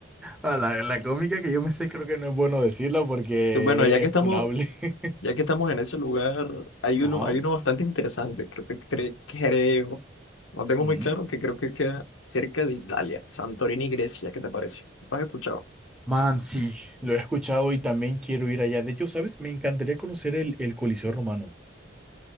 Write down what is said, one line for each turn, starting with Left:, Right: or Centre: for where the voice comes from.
Centre: Ah, la, la cómica que yo me sé creo que no es bueno decirla porque
Left: Bueno, ya que
Centre: es
Left: estamos,
Centre: funable. <laughs>
Left: ya que estamos en ese lugar, hay
Centre: Ajá.
Left: uno, hay uno bastante interesante, creo que cre- creo, no tengo
Centre: ujú.
Left: muy claro, que creo que queda cerca de Italia, Santorini, Grecia, ¿qué te parece? ¿Lo has escuchado?
Centre: Man, sí, lo he escuchado y también quiero ir allá. De hecho, ¿sabes? Me encantaría conocer el, el Coliseo Romano.